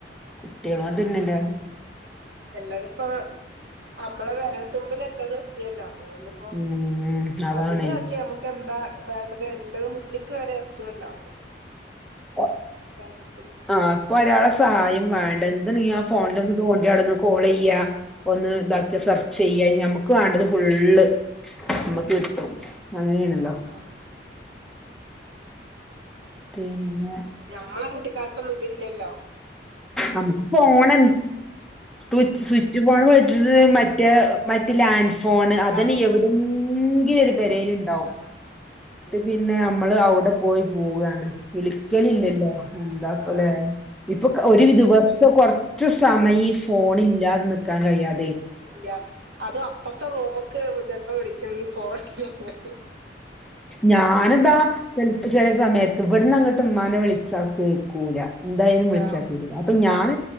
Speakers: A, in the centre; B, on the right.
A: കുട്ടികളും അത്ന്നെല്ലാണ്
B: എല്ലാതിപ്പ നമ്മളെ വിരൽതുമ്പിൽല്ല എല്ല വർത്തിയല്ലാ <inaudible> അതൊണ്ട്ിപ്പോ
A: ഉം അതാണ്
B: പതില് ഒക്കെ നമുക്ക് എന്താ വേണ്ടത് എല്ല മുന്നിക്ക് വരെ എർത്തുമല്ലോ
A: ഒ
B: കിട്ടും
A: ആ ഇപ്പൊ ഒരാളെ സഹായം വേണ്ട എന്ത് നീ ആ ഫോണില
B: അല്ല
A: ഒന്ന് തോണ്ടിയാടന്ന് കോൾ ചെയ്യ ഒന്ന് ഇതാക്കക് സെർച്ച് ചെയ്യാ നമുക്ക് വേണ്ടത് ഫുള്ള് നമ്മുക്ക് കിട്ടും അങ്ങനെയാണല്ലോ
B: ആഹ ആഹ
A: പിന്നെ
B: അത ഞമ്മളെ കുട്ടിക്കാലത്തൊന്നും പില്ലല്ലോ
A: നമുക്ക് ഫോൺ എ സ് സ്വിച്ച് ഫോൺ വിട്ടിട്ട്മറ്റേ മറ്റ് ലാൻ ഫോണ്
B: എല്ലാരെ
A: അതനഎവിട
B: ഫോണ്
A: ഇ <inaudible> പെരേല്ഉണ്ടാവും
B: ആഹ്
A: പിന്നെ നമ്മള് അവിടെ പോയി പോവയാണ് വിളിക്കലില്ലല്ലോ എന്താ പോലെ
B: ആഹ് അതന്നെ
A: ഒരു ദിവസ കുറച്ച് സമയം ഈ ഫോൺ ഇല്ലാത നിക്കാൻ കഴിയാത
B: ഇല്ല അത് അപ്പറത്തെ റോ ക്കെ ചിലപ്പോ വിളിക്കന്ന് പ <inaudible>
A: ഞാനെന്താ ച ചില സമയത്ത് ഇവിടന്ന് അങ്ങോട്ടും മ്മാന വിളിച്ച കേക്കൂല എന്തായാലും വിളിച്ചാ
B: ആഹ്
A: കേക്കുല അപ്പൊ ഞാൻ